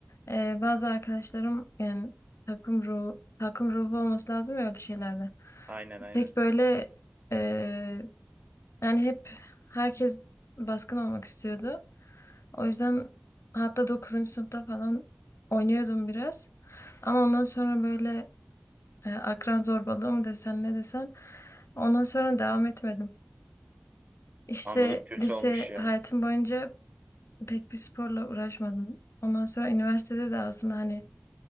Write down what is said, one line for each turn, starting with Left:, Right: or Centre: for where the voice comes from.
Left: e, bazı arkadaşlarım yani takım ruhu, takım ruhu olması lazım ya öyle şeylerde.
Right: Aynen aynen.
Left: Pek böyle e, yani hep herkes baskın olmak istiyordu. O yüzden hatta 9. sınıfta falan oynuyordum biraz. Ama ondan sonra böyle e, akran zorbalığı mı desen ne desen. Ondan sonra devam etmedim. İşte
Right: Anladım kötü
Left: lise
Right: olmuş ya.
Left: hayatım boyunca pek bir sporla uğraşmadım. Ondan sonra üniversitede de aslında hani